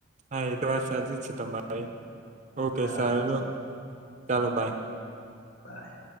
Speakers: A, on the right; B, on the left.
A: હા એ તો વાર સાચ જ છે તમારી. ઓકે
B: સારું
A: સાર
B: ચલો
A: ચાલો
B: સારું
A: બાય.
B: બાય.